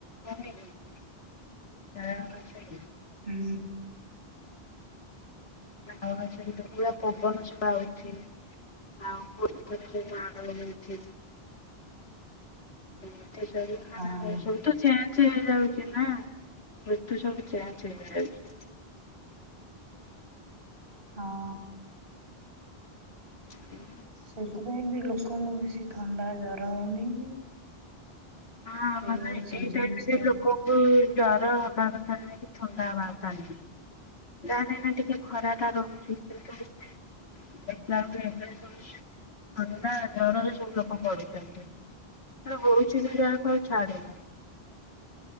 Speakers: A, on the left (about 85°); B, on the right (about 60°).
A: <unintelligible> କାଲିବୈଶାଖୀ
B: ହୁଁ।
A: ଆମାସାଇଡ୍ ତ ପୁରା ପବନ ସବୁ ହଉଚି <unintelligible> <unintelligible>
B: ହଁ
A: ସବୁତ ଚେଞ୍ଜ ହେଇଯାଉଛି ନା ମୃତ୍ୟୁ ସବୁ ଚେଞ୍ଜ ହେଇଯାଉଛି।
B: ହଁ।
A: <inaudible>
B: ସେଥିପାଇଁ ବି ଲୋକଙ୍କୁ ବେଶି ଥଣ୍ଡା ଜର ହଉନି କି?
A: ହଁ
B: ସେଇ
A: ମାନେ
B: ଯୋଉ ସିଜନ
A: ଏଇ ଟାଇମ
B: ଚେଞ୍ଜ
A: ଯେ ଲୋକଙ୍କୁ ଜର ହବା କଥା ନୁହଁ କି ଥଣ୍ଡା ହବା କଥା ନୁହଁ ଯାହା ନାହି ନା ଟିକେ ଖରା ଟା ରହୁଛି କିନ୍ତୁ ଦେଖିଲା ବେ ଏବେ ସବୁ ଥା ଜରରେ ସବୁ ଲୋକ ପଡୁଛନ୍ତି ବହୁତ ମୁଁ ଯାହା ଖାଉଛି ଛାଡୁନି।